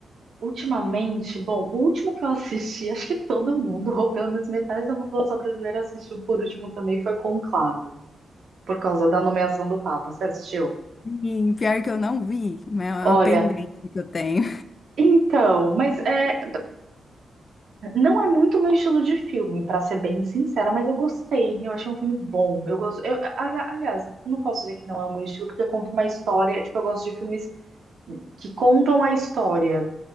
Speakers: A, on the right (about 65°); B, on the left (about 35°).
A: Ultimamente, bom, o último que eu assisti, <laughs> acho que todo mundo, ou pelo menos metade da população brasileira assistiu por último também, foi Conclave, por causa da nomeação do Papa. Você assistiu?
B: Sim, pior que eu não vi, mas é uma
A: Olha,
B: pendência que eu tenho.
A: então, mas é, não é muito meu estilo de filme, pra ser bem sincera, mas eu gostei, eu achei um filme bom. Eu gosto, eu- ali- aliás, não posso dizer que não é o meu estilo, porque conta uma história, tipo, eu gosto de filmes que contam a história.